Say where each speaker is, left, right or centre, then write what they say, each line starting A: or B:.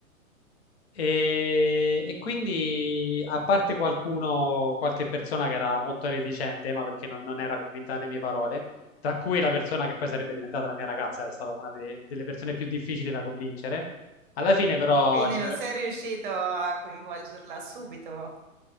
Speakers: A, on the left; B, on the right.
A: E, e quindi, a parte qualcuno, qualche persona che era molto reticente, ma perché non, non era convinta delle mie parole, tra cui la persona che poi sarebbe diventata la mia ragazza, era stata una de- delle persone più difficili da convincere. Alla fine, però,
B: Quindi
A: ci
B: non
A: so-
B: sei riuscito a coinvolgerla subito.